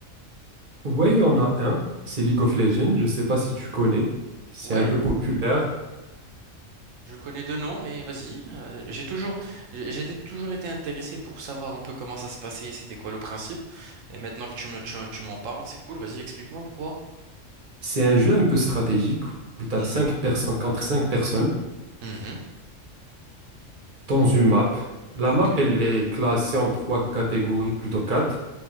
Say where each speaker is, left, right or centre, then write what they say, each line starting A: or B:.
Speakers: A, on the right; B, on the right.
A: Ouais, il y en a un, c'est League
B: Hmm.
A: of Legends, je sais pas si tu connais, c'est
B: Ouais,
A: un peu populaire.
B: je connais deux noms, mais vas-y. euh, j'ai toujours, j'ai j'ai été- toujours été intéressé pour savoir un peu comment ça se passait, c'était quoi le principe. Et maintenant que tu me, tu, tu m'en parles, c'est cool. Vas-y, explique-moi pour voir.
A: C'est un jeu un peu stratégique où tu as
B: Mhm.
A: 5 personnes contre 5 personnes
B: Mhm.
A: dans une map. La
B: Ok.
A: map, elle est classée en trois catégories, plutôt quatre.